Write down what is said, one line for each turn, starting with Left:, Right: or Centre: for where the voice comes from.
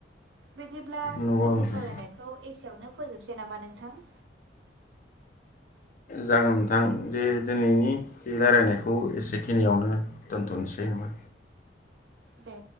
Right: बिदिब्ला
Left: नंगौ
Right: जोंनि
Left: नोंथां
Right: सावरायनाय एसेयावनो फोजोबसै नामा नोंथां?
Left: जागोन नोंथां जे दिनैनि बे रायलायनायखौ एसेखिनियावनो दोनथ'नोसै नामा?
Right: दे।